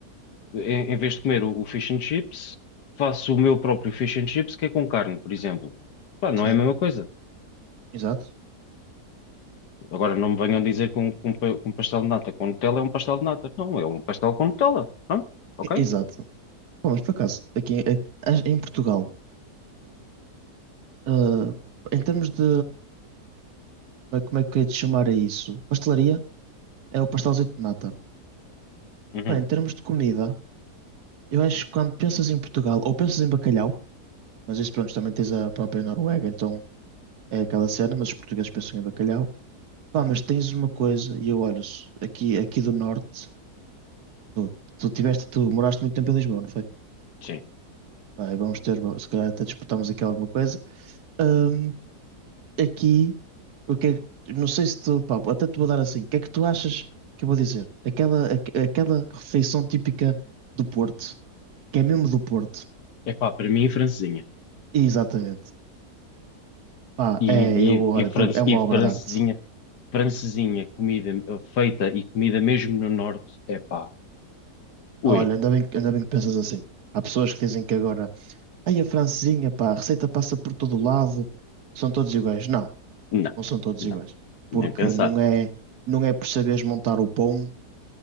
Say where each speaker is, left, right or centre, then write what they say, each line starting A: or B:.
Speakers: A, on the left; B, on the right.
A: em, em vez de comer o, o fish and chips, faço o meu próprio fish and chips que é com carne, por exemplo. Pá, não
B: Sim,
A: é a mesma coisa.
B: exato,
A: Agora não me venham dizer que um, que um pa- que um pastel de nata com Nutella é um pastel de nata. Não, é um pastel com Nutella. Pronto, ok?
B: E- exato. Pá, mas por acaso, aqui em, em Portugal, ah, em termos de Como é como é que é de chamar a isso? Pastelaria é o pastelzito de nata.
A: Uhum,
B: Bem, em termos de comida, eu acho que quando pensas em Portugal, ou pensas em bacalhau, mas isso pronto, também tens a própria Noruega, então é aquela cena, mas os portugueses pensam em bacalhau. Pá, mas tens uma coisa, e eu olho aqui, aqui do norte, tu, tu tiveste, tu moraste muito tempo em Lisboa, não foi?
A: sim.
B: Pá, e vamos ter, se calhar até disputarmos aqui alguma coisa. Hum, aqui, o que é que- não sei se tu, pá, até te vou dar assim, o que é que tu achas que eu vou dizer? Aquela, aque- aquela refeição típica do Porto, que é mesmo do Porto.
A: Epá, para mim, francesinha.
B: Exatamente. Pá,
A: E,
B: é, eu,
A: e,
B: olha,
A: e,
B: te-
A: fran-
B: é uma
A: e
B: obra
A: francesinha,
B: de arte.
A: francesinha, comida eh, feita e comida mesmo no norte, epá, ui,
B: Olha, ainda bem, que- ainda bem que pensas assim. Há pessoas que dizem que agora, ai, a francesinha, pá, a receita passa por todo o lado, são todos iguais. Não,
A: não,
B: não são todos
A: não,
B: iguais.
A: nem
B: Porque
A: pensar.
B: não é, não é por saberes montar o pão,